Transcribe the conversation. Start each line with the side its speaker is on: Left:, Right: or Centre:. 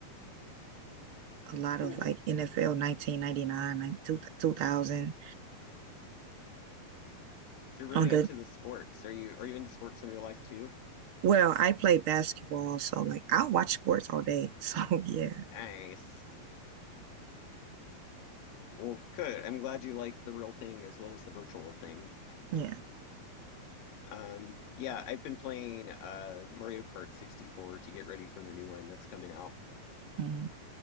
Right: a lot
Left: Cool.
Right: of like NFL 1999, like 2000
Left: So you're really
Right: on the
Left: into the sports. Are you are you into sports in real life too?
Right: well, I play basketball, so like I watch sports all day. <laughs> So yeah,
Left: Nice. Well, good. I'm glad you like the real thing as well as the virtual thing.
Right: yeah.
Left: Um, Yeah, I've been playing uh, Mario Kart 64 to get ready for the new one that's coming out.
Right: Mhm.